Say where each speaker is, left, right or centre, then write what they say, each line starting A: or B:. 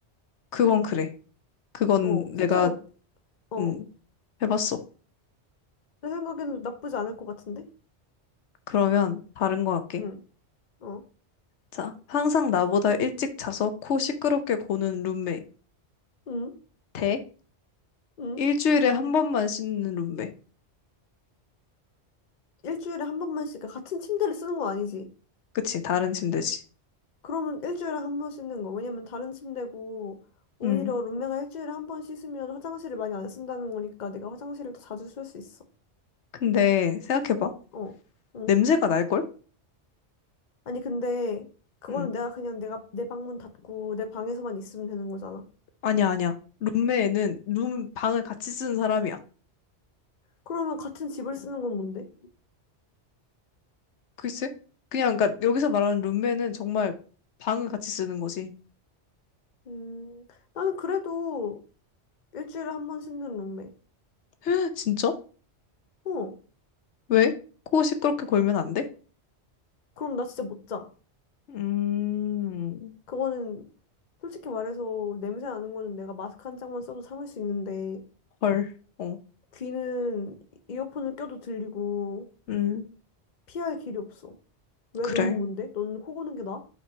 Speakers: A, on the left; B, on the left.
A: 그건 그래. 그건
B: 어,
A: 내가
B: 실제로, 어,
A: 응, 해봤어.
B: 내 생각에는 나쁘지 않을 것 같은데?
A: 그러면 다른 거 할게.
B: 응. 어,
A: 자, 항상 나보다 일찍 자서 코 시끄럽게 고는 룸메.
B: 응,
A: 대
B: 응.
A: 일주일에 한 번만 씻는 룸메.
B: 일주일에 한 번만씩 그러니까 같은 침대를 쓰는 거 아니지?
A: 그치, 다른 침대지.
B: 그러면 일주일에 한 번 씻는 거. 왜냐면 다른 침대고 오히려
A: 응.
B: 룸메가 일주일에 한 번 씻으면 화장실을 많이 안 쓴다는 거니까 내가 화장실을 더 자주 쓸 수 있어.
A: 근데 생각해봐.
B: 어, 응.
A: 냄새가 날걸?
B: 아니 근데 그거는
A: 응.
B: 내가 그냥 내가 내 방문 닫고 내 방에서만 있으면 되는 거잖아.
A: 아니야, 아니야. 룸메는 룸, 방을 같이 쓰는 사람이야.
B: 그러면 같은 집을 쓰는 건 뭔데?
A: 글쎄? 그냥, 그니까 여기서 말하는 룸메는 정말 방을 같이 쓰는 거지.
B: 음, 나는 그래도 일주일에 한 번 씻는 룸메.
A: <laughs> 진짜?
B: 어,
A: 왜? 코 시끄럽게 골면 안 돼?
B: 그럼 나 진짜 못 자.
A: 음,
B: 그거는 솔직히 말해서 냄새 나는 거는 내가 마스크 한 장만 써도 참을 수 있는데
A: 헐. 어.
B: 귀는 이어폰을 껴도 들리고
A: 음,
B: 피할 길이 없어. 왜
A: 그래.
B: 너는 뭔데? 너는 코 고는 게 나아?